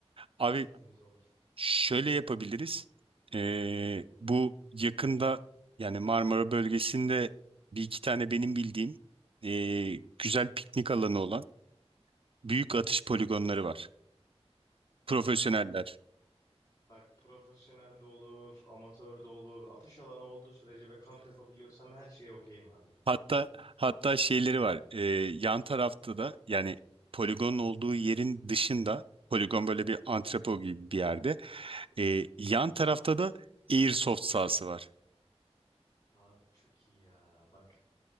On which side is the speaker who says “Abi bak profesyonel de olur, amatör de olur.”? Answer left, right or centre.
Left